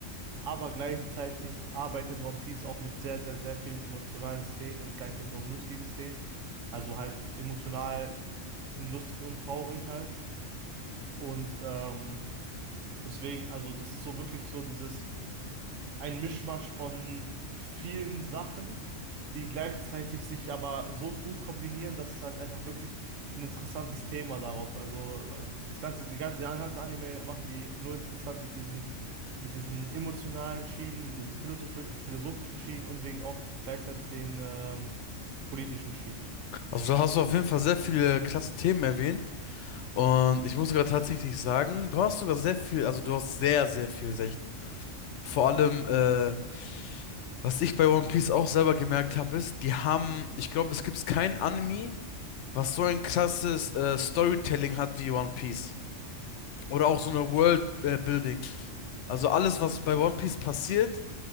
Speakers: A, on the right (about 75°); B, on the left (about 70°).
A: aber gleichzeitig arbeitet One Piece auch mit sehr, sehr, sehr vielen emotionalen Szenen und gleichzeitig auch lustigen Szenen. Also halt emotional in lustig und traurig halt. Und ähm, deswegen, also das ist so wirklich so dieses ein Mischmasch von vielen Sachen, die gleichzeitig sich aber so gut kombinieren, dass es halt einfach wirklich ein interessantes Thema daraus. Also äh, das ganze, die ganze, die ganzen Anime machen die nur interessant mit diesen, mit diesen emotionalen Schienen, mit diesen philosophi- philosophischen Schienen und wegen auch gleichzeitig den ähm, politischen Schienen.
B: Also da hast du auf jeden Fall sehr viele klasse Themen erwähnt und ich muss sogar tatsächlich sagen, du hast sogar sehr viel, also du hast sehr, sehr viel recht. Vor allem, äh, was ich bei One Piece auch selber gemerkt habe, ist, die haben, ich glaube, es gibt kein Anime, was so ein krasses äh, Storytelling hat wie One Piece. Oder auch so eine World äh, Building. Also alles, was bei One Piece passiert,